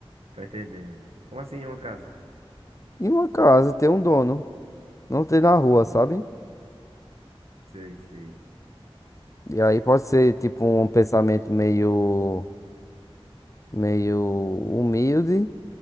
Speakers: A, on the right; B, on the left.
A: Tá entendendo? Como assim uma casa?
B: E uma casa tem um dono, não tem na rua, sabe?
A: Sei, sei.
B: E aí pode ser tipo um pensamento meio, meio humilde,